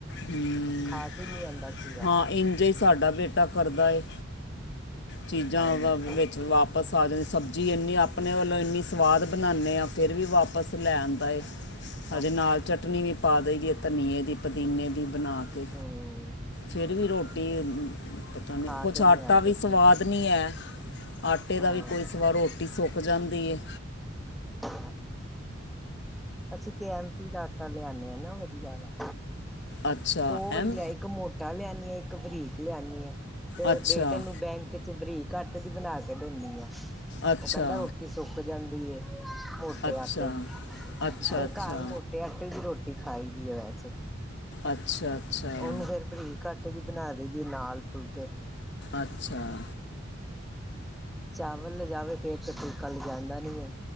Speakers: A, on the left; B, in the centre.
A: ਹੂੰ,
B: ਖਾ ਕੇ ਨੀ ਆਂਦਾ ਖੀਰਾ
A: ਹਾਂ ਇੰਝੇ ਈ ਸਾਡਾ ਬੇਟਾ ਕਰਦਾ ਏ। ਚੀਜਾਂ
B: ਹਾਂਜੀ
A: ਓਵਾ <unintelligible> ਵਾਪਸ ਆ ਜਾਨੀ ਸਬਜੀ ਏਨੀਂ। ਆਪਨੇ ਵੱਲੋਂ ਇੰਨੀ ਸਵਾਦ ਬਨਾਨੈ ਆਂ ਫੇਰ ਵੀ ਵਾਪਸ ਲੈ ਆਦਾਂ ਏ।
B: <unintelligible>
A: ਹਜੇ ਨਾਲ ਚਟਨੀ ਵੀ ਪਾ ਦਈ ਦੀਏ ਧਨੀਏ ਦੀ ਪਦੀਨੇ ਦੀ, ਬਣਾ ਕੇ।
B: ਹੂੰ।
A: ਫੇਰ ਵੀ ਰੋਟੀ ਪਤਾ ਨੀ
B: ਖਾ
A: ਕੋਛ
B: ਕੇ
A: ਆਟਾ
B: ਨੀ ਆਂਦੇ
A: ਵੀ ਸਵਾਦ
B: ਖੀਰੇ
A: ਨੀ ਐ। ਆਟੇ
B: ਹਾਂ
A: ਦਾ ਵੀ ਕੋਈ ਸਵਾਦ, ਰੋ ਟੀ ਸੋਕ ਜਾਂਦੀ ਏ।
B: ਅ ਅਸੀ ਤੇ ਐਮ ਪੀ ਦਾ ਆਟਾ ਲਿਆਨੈ ਆ ਨਾ ਵਧੀਆ ਆਲਾ।
A: ਅੱਛਾ
B: ਦੋ
A: ਐਮ
B: ਵਾਰੀ ਲਿਆਏ। ਇੱਕ ਮੋਟਾ ਲੇ ਆਨੀ ਐ, ਇੱਕ ਬਰੀਕ ਲੇ ਆਨੀ ਆਂ ਤੇ
A: ਅੱਛਾ
B: ਬੇਟੇ ਨੂੰ ਬੈਂਕ ਤੇ ਬਰੀਕ ਆਟੇ ਦੀ ਬਣਾ ਕੇ ਦੇਂਨੀਂ ਆ।
A: ਅੱਛਾ
B: ਓ ਕੈਂਦਾ ਰੋਟੀ ਸੋਕ ਜਾਂਦੀ ਏ। ਮੋਟੇ
A: ਅੱਛਾ
B: ਆਟੇ ਦੀ।
A: ਅੱਛਾ
B: ਫੇਰ
A: ਅੱਛਾ
B: ਘਾਰ ਮੋਟੇ ਆਟੇ ਦੀ ਈ ਰੋਟੀ ਖਾਈ ਦੀ ਐ ਵੈਸੇ।
A: ਅੱਛਾਂ-ਅੱਛਾਂ।
B: ਉਹਨੂੰ ਫੇਰ ਬਰੀਕ ਆ ਟੇ ਦੀ ਬਨਾ ਦਈ ਦੀ ਏ ਨਾਲ ਫੁਲਕੇ
A: ਅੱਛਾਂ।
B: ਚਾਵਲ ਲਜਾਵੇ ਫੇਰ ਤੇ ਫੁਲਕਾ ਲਜਾਂਦਾ ਨੀ ਐ।